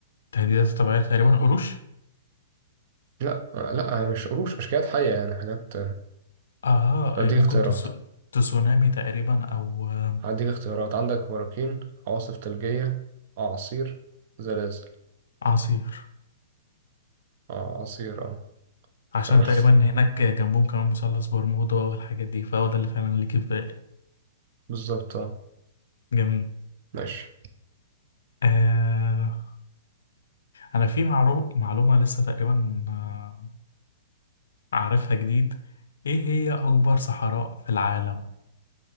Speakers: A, on the left; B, on the right.
A: تهديدات طبيعية تقريبا قروش
B: لا لا هي مش قروش مش كائنات حية يعني حاجات
A: اه
B: هديك
A: إيه، ممكن
B: اختيارات
A: تس... تسونامي تقريبا او آم،
B: هديك اختيارات عندك براكين عواصف ثلجية أعاصير زلازل
A: اعاصير
B: أعاصير اه
A: عشان
B: تمام
A: تقريبا
B: <laughs>
A: هناك جنبهم كمان مثلث برمودا والحاجات دي فهو ده اللي فعلا اللي جه في بالي
B: بالظبط اه
A: جميل
B: ماشي
A: آه... انا في معرو... معلومة لسه تقريبا آه، أعرفها جديد إيه هي أكبر صحراء في العالم؟